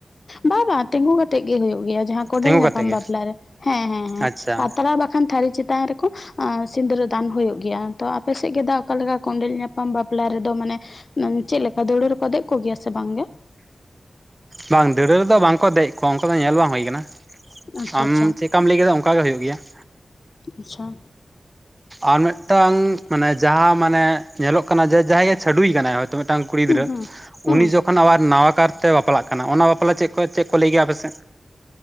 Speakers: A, on the left; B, on the right.
A: ᱵᱟᱝ ᱵᱟᱝ ᱛᱤᱸᱜᱩ ᱠᱟᱛᱮᱜ ᱜᱮ ᱦᱩᱭᱩᱜ ᱜᱮᱭᱟ ᱡᱟᱦᱟᱸ ᱠᱚᱰᱮᱞ
B: ᱛᱤᱸᱜᱩ
A: ᱧᱟᱯᱟᱢ
B: ᱠᱟᱛᱮ ᱜᱮ
A: ᱵᱟᱯᱞᱟ ᱨᱮ ᱦᱮᱸ ᱦᱮᱸ ᱦᱮᱸ
B: ᱟᱪᱪᱷᱟ
A: ᱯᱟᱛᱲᱟ ᱵᱟᱠᱷᱟᱱ ᱛᱷᱟᱹᱨᱤ ᱪᱮᱛᱟᱱ ᱨᱮᱠᱚ ᱥᱤᱸᱫᱽᱨᱟᱹ ᱫᱟᱱ ᱦᱩᱭᱩᱜ ᱜᱮᱭᱟ ᱛᱚ ᱟᱯᱮ ᱥᱮᱫ ᱜᱮ ᱫᱟ ᱚᱠᱟᱞᱮᱠᱟ ᱠᱚᱸᱰᱮᱞ ᱧᱟᱯᱟᱢ ᱵᱟᱯᱞᱟ ᱨᱮᱫᱚ ᱢᱟᱱᱮ ᱪᱮᱫ ᱞᱮᱠᱟ ᱫᱟᱹᱣᱲᱟᱹ ᱨᱮᱠᱚ ᱫᱮᱡ ᱠᱚ ᱜᱮᱭᱟ ᱥᱮ ᱵᱟᱝᱜᱮ‌
B: ᱵᱟᱝ ᱫᱟᱹᱲᱟᱹ ᱨᱮᱫᱚ ᱵᱟᱝᱠᱚ ᱫᱮᱡ ᱠᱚ ᱟᱱᱠᱟ ᱫᱚ ᱵᱟᱝ ᱧᱮᱞ ᱦᱩᱭᱠᱟᱱᱟ
A: ᱟᱪᱪᱷᱟ
B: ᱟᱢ
A: ᱟᱪᱪᱷᱟ
B: ᱪᱮᱫᱠᱟᱢ ᱞᱟᱹᱭ ᱠᱮᱫᱟ ᱚᱱᱠᱟ ᱜᱮ ᱦᱩᱭᱩᱜ ᱜᱮᱭᱟ <inaudible>
A: ᱟᱪᱪᱷᱟ
B: ᱟᱨ ᱢᱤᱫᱴᱟᱝ ᱢᱟᱱᱮ ᱡᱟᱦᱟᱸ ᱢᱟᱱᱮ ᱧᱮᱞᱚᱜ ᱠᱟᱱᱟ ᱡᱮ ᱡᱟᱦᱟᱸᱭ ᱜᱮ ᱪᱟᱹᱰᱩᱭ ᱠᱟᱱᱟᱭ <unintelligible> ᱛᱚ ᱢᱤᱫᱴᱟᱝ ᱠᱩᱲᱤ
A: ᱦᱩᱸ
B: ᱜᱤᱫᱽᱨᱟᱹ
A: ᱦᱩᱸ ᱦᱩᱸ
B: ᱩᱱᱤ ᱡᱚ ᱚᱱᱟ ᱟᱵᱟᱨ ᱱᱟᱣᱟ ᱠᱟᱛᱮ ᱵᱟᱯᱞᱟᱜ ᱠᱟᱱᱟ ᱚᱱᱟ ᱵᱟᱯᱞᱟ ᱪᱮᱫ ᱠᱚ ᱪᱮᱫ ᱠᱚ ᱞᱟᱹᱭ ᱜᱮᱭᱟ ᱟᱯᱮ ᱥᱮᱫ